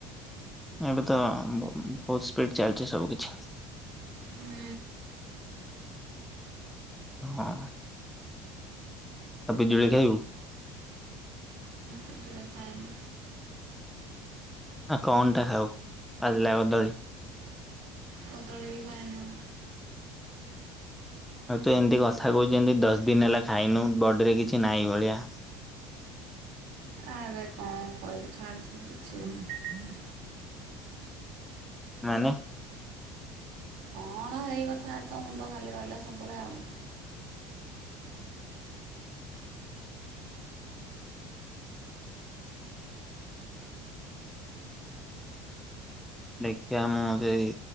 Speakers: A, in the centre; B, on the right.
A: ଏବେ ତ ଅଁ ବ ଉ ବହୁତ ସ୍ପିଡ ଚାଲିଛି ସବୁ କିିଛି।
B: ହୁଁ
A: ହଁ। ଆଉ ପିଜୁଳି ଖାଇବୁ।
B: ପିଜୁଳି ଖାଏନି।
A: ଆଉ କଣ ଟା ଖାଉ? ପାଚିଲା କଦଳି।
B: କଦଳୀ ବି ଖାଏନି ମୁଁ।
A: ଆଉ ତୁ ଏମିତି କଥା କହୁଛୁ ଯେନ୍ତି ଦଶ ଦିନ ହେଲା ଖାଇନୁ ବଡିରେ କିଛି ନାହିଁ ଭଳିଆ।
B: ଆରେ କଣ କ ଛାଡ଼ ତୁ ବୁଝିହଉନି।
A: ମାନେ।
B: କଣ ହେଇ କଥା ତ ମୁଣ୍ଡ ଖାଲି ରହିଲା ସବୁବେଳେ ଆଉ।
A: ଦେଖିବା ମୁଁ ସେଇ